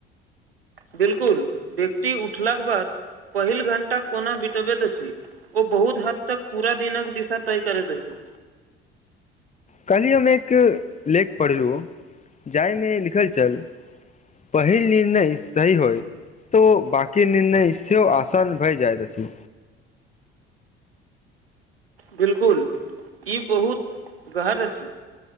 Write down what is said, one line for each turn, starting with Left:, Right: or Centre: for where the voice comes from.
Right: बिलकुल व्यक्ति उठलाक बाद पहिल घण्टा कोना बिताबैत अछि ओ बहुत हदतक पूरा दिनक दिशा तय करैत अछि
Left: कल्हि हम एक लेख पढ़लु जाहिमे लिखल छल पहिल निर्णय सही होय तो बाकी निणय सेहो आसान भए जाइतइत अछि
Right: बिलकुल ई बहुत गहर अछि